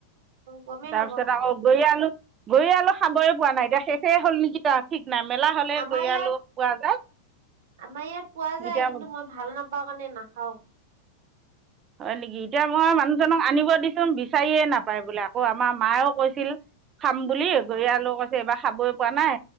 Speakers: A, on the right; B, on the right.
A: গমেই
B: তাৰপিছত
A: নাপাও
B: আক' গৈ আনোঁ। বৰি আলো খাবই পোৱা নাই । এতিয়া শেষে হ'ল নেকি তাৰ ঠিক নাই। মেলা হ'লে
A: আমাৰ
B: বৰি
A: ইয়াত
B: আলু পোৱা যায়।
A: আমাৰ ইয়াত পোৱা যায়
B: এতিয়া
A: । কিন্তু মই ভাল নাপ তাৰ কাৰণে নাখাওঁ।
B: হয় নেকি? এতিয়া মই মানুহজনক আনিব দিছোঁ। বিচাৰিয়ে নাপায় বোলে। আকৌ আমাৰ মায়েও কৈছিল খাম বুলি । বৰি আলু কৈছে এইবাৰ খাবই পৰা নাই।